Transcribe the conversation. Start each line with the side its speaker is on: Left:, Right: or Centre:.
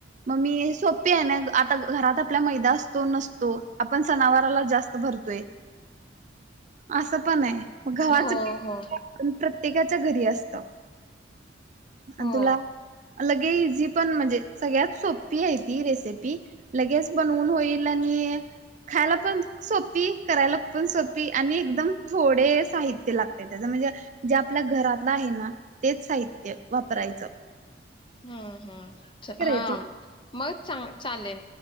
Right: मग मी सोप्पी आहे ना आता घरात आपला मैदा असतो, नसतो. आपण सनावराला जास्त भरतोय. असं पण हाय मग गव्हाचं
Left: हो
Right: पीट
Left: हो
Right: <unintelligible> प्रत्येकाच्या घरी असत.
Left: हो
Right: आण तुला लगे इझी पण म्हणजे सगळ्यात सोपी आहे ती रेसिपी लगेच बनवून होईल आणि खायला पण सोपी, करायला पण सोपी ती आणि एकदम थोडे साहित्य लागतय त्याज म्हणजे जे आपल्या घरातलं आहे ना तेच साहित्य वापरायचं.
Left: हम्म हम्
Right: करायचं
Left: हा मग चांगलं चालेल